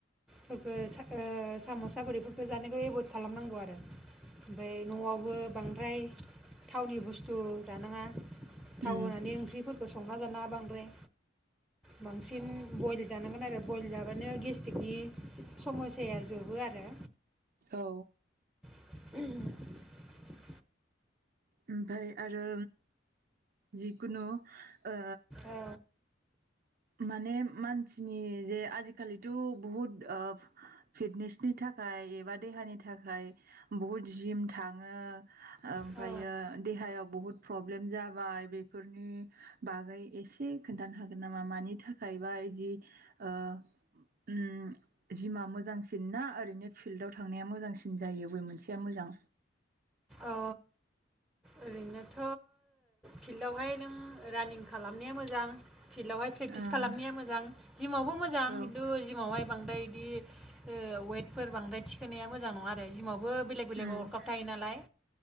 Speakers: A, in the centre; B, on the right (about 50°).
A: फोरखो सा ओ सामसा बोरैफोरखो जानायखो एभयड खालामनांगौ आरो। ओमफ्राय न'आवबो बां। ओमफ्राय थावनि बुस्थु जानाङा।
B: ओमफ्राय
A: थाव होनानै ओंख्रिफोर। संना जानाङा बांद्राय। बांसिन बइल। जानांगोन आरो। बइल जाबानो गेस्टिकनि। समयसाया जोबो आरो।
B: औ।
A: <inaudible>
B: ओमफाय आरो जिकुनु। ओ।
A: औ
B: माने मानसिनि जे आजिखालिथु बुहुद ओ फिटनेसनि थाखाय एबा देहानि थाखाय। बुहुद जिम थाङो ओमफायो
A: औ
B: देहायाव बुहुद। प्रब्लेम जाबाय बेफोरनि बागै एसे खोन्थानो हागोन ना? मा-मानि थाखायबा इदि ओ ओम जिमा मोजांसिन ना ओरैनो फिल्डाव थांनाया मोजांसिन जायो अबे मोनसेया मोजां?
A: अ ओरैनोथ फिल्डावहाय नों रानिं खालामनाया मोजां। फिल्डावहाय प्रेकटिस
B: ओं
A: खालामनाया मोजां। जिमावबो मोजां
B: औ
A: खिन्थु जिमावहाय बां। ओमफ्राय इदि ओ वाइटफोर बांद्राय थिखोनाया मोजां नङा आरो। जिमावबो बेलेग बेलेग
B: उम
A: अरकाब थायो नालाय।